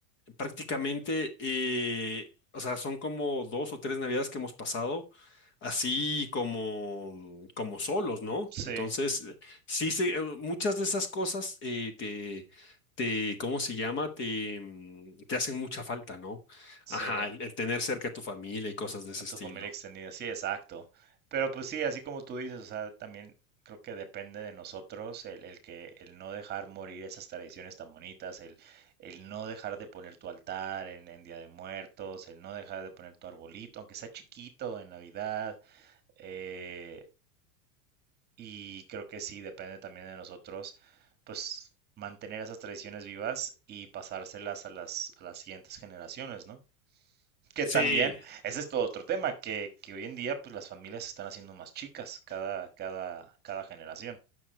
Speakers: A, on the left; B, on the right.
A: Prácticamente, eh, o sea, son como dos o tres navidades que hemos pasado así como, como solos, ¿no?
B: Sí,
A: Entonces, sí, se- eh, muchas de esas cosas eh, te, te, ¿cómo se llama? Te, mm, te hacen mucha falta, ¿no?
B: sí.
A: Ajá, el, el tener cerca a tu familia y cosas de ese
B: A
A: estilo.
B: tu familia extendida. Sí, exacto. Pero pues sí, así como tú dices, o sea, también creo que depende de nosotros el, el que el no dejar morir esas tradiciones tan bonitas, el, el no dejar de poner tu altar en, en Día de Muertos, el no dejar de poner tu arbolito, aunque sea chiquito en Navidad. eh, Y creo que sí, depende también de nosotros, pues mantener esas tradiciones vivas y pasárselas a las, a las siguientes generaciones, ¿no? Que
A: Sí,
B: también, ese es todo otro tema, que, que hoy en día pues las familias se están haciendo más chicas cada, cada, cada generación.